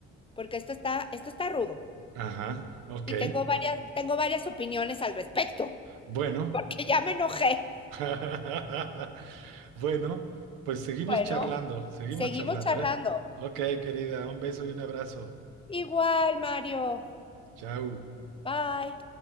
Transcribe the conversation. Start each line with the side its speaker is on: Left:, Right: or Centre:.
Left: porque esto está, esto está rudo.
Right: ajá, ok.
Left: Y tengo varias, tengo varias opiniones al respecto.
Right: Bueno,
Left: Porque ya me enojé.
Right: <laughs> bueno, pues seguimos
Left: Bueno,
Right: charlando, seguimos
Left: seguimos
Right: charlando,
Left: charlando.
Right: ¿eh? Ok, querida, un beso y un abrazo.
Left: Igual, Mario.
Right: Chao.
Left: Bye.